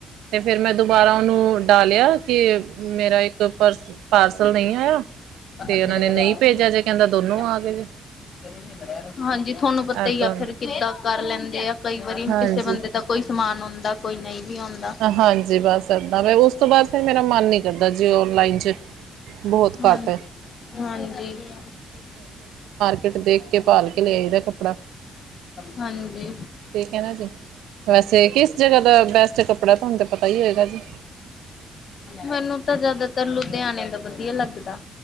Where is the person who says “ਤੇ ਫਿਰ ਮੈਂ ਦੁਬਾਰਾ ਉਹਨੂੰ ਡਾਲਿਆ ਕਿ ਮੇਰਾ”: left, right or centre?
Right